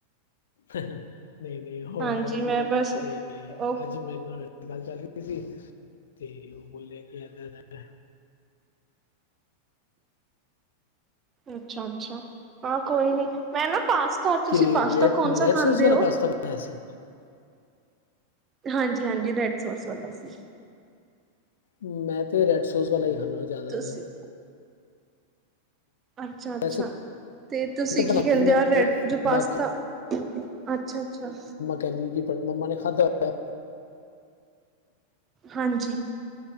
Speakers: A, on the left; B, on the right.
A: ਨਹੀ- ਨਹੀ ਉਹ
B: ਹਾਂਜੀ
A: ਆਏ ਸੀ
B: ਮੈਂ ਬਸ
A: ਤੇ
B: ਉਹ
A: ਅਜ- ਮੈਨੂੰ ਨਾਲ ਗੱਲ ਚਲਦੀ ਸੀ ਤੇ ਉਹ ਬੋਲਿਆ ਕਿ ਇਦੇ ਦਾਂ-
B: ਅੱਛਾ-ਅੱਛਾ ਹਾਂ ਕੋਈ ਨੀ ਮੈਂ ਨਾ ਪਾਸਤਾ ਤੁਸੀਂ
A: ਕੀ
B: ਪਾਸਤਾ
A: ਰ
B: ਕੌਣ
A: ਰੇਡ
B: ਸਾ ਖਾਂਦੇ
A: ਸੋਸ ਵਾਲਾ
B: ਹੋ
A: ਪਾਸਤਾ- ਪੈਸੇ-
B: ਹਾਂਜੀ- ਹਾਂਜੀ ਰੈਡ ਸੋਸ ਵਾਲਾ ਸੀ।
A: ਮੈਂ ਤੇ ਰੈਡ ਸੋਸ ਵਾਲਾ ਹੀ ਖਾਂਦਾ ਜਿਆਦਾ
B: ਤੁਸੀਂ
A: ਤਰ-
B: ਅਛਾ- ਅਛਾ-
A: ਵੈਸੇ
B: ਤੇ ਤੁਸੀ
A: ਤਾਂ ਬਣਾ
B: ਕੀ ਕਹਿੰਦੇ
A: ਲੈਂਦਾ
B: ਆ
A: ਵਾਂ
B: ਰੇਡ
A: ਮੈਂ
B: ਜੋ ਪਾਸਤਾ
A: ਬਾਕੀ
B: ਅਛਾ- ਅਛਾ-
A: ਕੈਂਦੀ ਜੀ ਕਿ ਮੰਮਾ ਨੇ ਖਾਧਾ ਹੋਏ-ਆ
B: ਹਾਂਜੀ